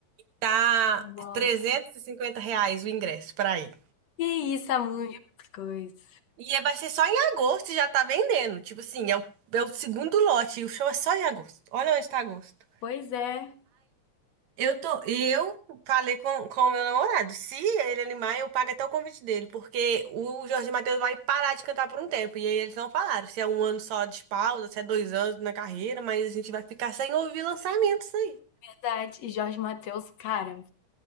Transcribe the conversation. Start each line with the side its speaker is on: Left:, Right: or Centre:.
Right: Tá
Left: Nossa.
Right: 350 reais o ingresso pra ir.
Left: Que isso, há muita coisa.
Right: E é- vai ser só em agosto e já tá vendendo. Tipo assim, é o, é o segundo lote e o show é só em agosto. Olha onde tá agosto.
Left: Pois é,
Right: Eu tô, eu falei com, com o meu namorado. Se ele animar, eu pago até o convite dele, porque o Jorge Mateus vai parar de cantar por um tempo. E aí eles não falaram se é um ano só de pausa, se é dois anos na carreira, mas a gente vai ficar sem ouvir lançamentos aí.
Left: verdade. E Jorge Mateus, cara,